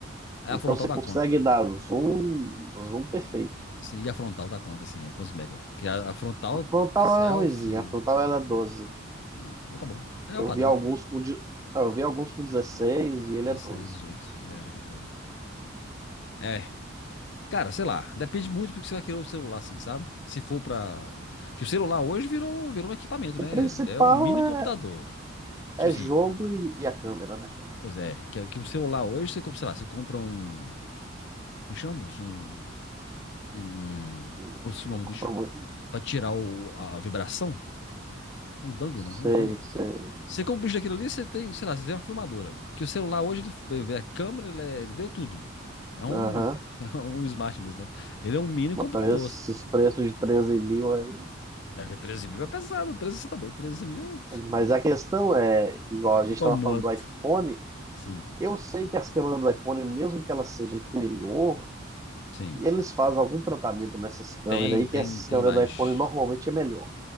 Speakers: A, on the left; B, on the right.
A: Aí
B: Então
A: a frontal
B: você
A: dá
B: consegue
A: quanto?
B: dar zoom, zoom perfeito.
A: Sim, e a frontal dá quanto, assim? É, quantos mega? Que a, a frontal,
B: A frontal
A: selfie
B: é ruimzinha, a frontal ela é doze
A: Ah, mas tá bom. É
B: Eu
A: o padrão.
B: vi alguns com, de- não, eu vi alguns com 16 e ele
A: 16,
B: é doze
A: dezoito É, já vi também. É, Cara, sei lá, depende muito do que você vai querer o celular, assim, sabe? Se for pra. Que o celular hoje virou, virou um equipamento,
B: O
A: né?
B: principal
A: É um mini computador.
B: é,
A: Tipo
B: é
A: assim,
B: jogo e, e a câmera, né, cara?
A: pois é, que, que um celular hoje você compra, sei lá, você compra um. Como chama? moço? Um. Um. um...
B: Não
A: Esqueci o nome
B: Compra
A: do bicho.
B: muito.
A: Pra tirar o- a, vibração. É um dangle,
B: Sei,
A: não? É um dangle, não.
B: sei.
A: Você compra o bicho daquilo ali, você tem, sei lá, você tem uma filmadora. Que o celular hoje ele é é câmera, ele é, deu tudo. É um.
B: Aham.
A: <laughs> É um smart mesmo, né? Ele é um mini
B: Mas
A: computador,
B: pra Esses
A: assim.
B: preços de 13 mil aí.
A: É que 13 mil é pesado, 13 você tá doido, 13 mil
B: Mas a questão é, igual a gente
A: <laughs> pra
B: estava
A: moto.
B: falando do iPhone,
A: Sim,
B: eu sei que as câmeras do iPhone, mesmo que ela seja inferior
A: sim.
B: E eles fazem algum tratamento nessas câmeras
A: Tem,
B: aí,
A: tem,
B: que essas
A: tem
B: câmeras
A: mais.
B: do iPhone normalmente é melhor.